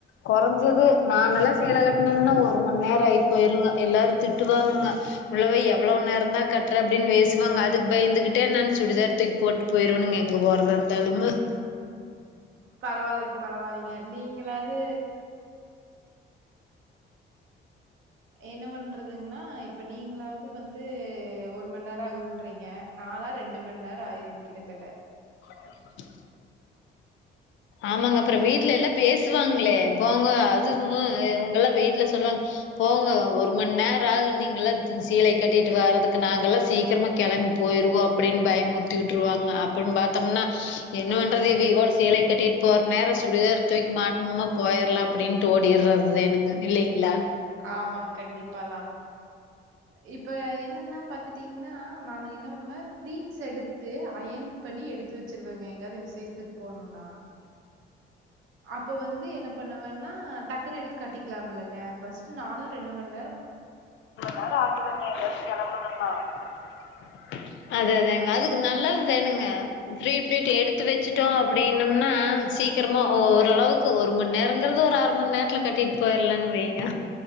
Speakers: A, on the left; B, on the right.
A: குறைஞ்சது நான் நல்லா சேல கட்டனும்னா ஒரு மணி நேரம் ஆயிட்டு எல்லாரும் திட்டுவாங்க உள்ளவ எவ்வளவு நேரம் தான் கட்டற அப்படின்னு வேசுவாங்க அதுக்கு பயந்துகிட்டே நான் சுடிதார தூக்கி போட்டு போய்டுவேுங்க எங்க போறே வந்தாலும் முத்
B: பரவாலைங்க பரவாலைங்க நீங்களாது எனவன் பண்றதுங்கன்னா இப்ப நீங்களாவது வந்து ஒரு மணி நேரம் ஆகுன்றீங்க நாளா ரெண்டு மணி நேரம் ஆயிருங்க கிட்டத்தட்ட
A: <unintelligible> ஆமாங்க அப்புறம் வீட்டுல எல்லாம் பேசுவாங்களே போங்க அதுங்க இவங்கலாம் வீட்டுல சொல்லுவாங்க போங்க ஒரு மணி நேரம் ஆகு நீங்க எல்லாம் சீலை கட்டிட்டு வர்ரதுக்கு நாங்க எல்லாம் சீக்கிரமா கிளம்பி போயிருவோம் அப்படின்னு பயமுர்த்தி விட்டுருவாங்க அப்படின்னு பார்த்தோம்னா என்ன பண்றது இது இவ சீலை கட்டிட்டு இப்ப ஒரு நேரம் சுடிதார் தூக்கி மாட்டணுமா போயிறலாம் அப்படின்னுட்டு ஓடிறது எனங்க இல்லைங்களா
B: ஆமாங் கண்டிப்பாதான் இப்ப என்னன்னா பாத்துட்டீங்கன்னா நான்னு என்ன பண்ணுவேன் ப்ளீஸ் எடுத்து அயன் பண்ணி எடுத்து வச்சிருவங்க எங்காவது விசேஷத்துக்கு பொண்ணுண்ணா அப்ப வந்து என்ன பண்ணுவன்னா டக்குன்னு எடுத்து கட்டிக்கலாம் இல்லைங்க பர்ஸ்ட் நானும் ரெண்டு மணி
A: <inaudible> அது அதங்க அதுக்கு நல்லது தணுங்க ப்ரீபில்ட் எடுத்து வச்சுட்டோம் அப்படின்னம்னா சீக்கிரமா ஓரளவுக்கு ஒரு மணி நேரங்கறத ஒரு அரை மணி நேரத்துல கட்டிட்டு போயிரலன்னு வைங்க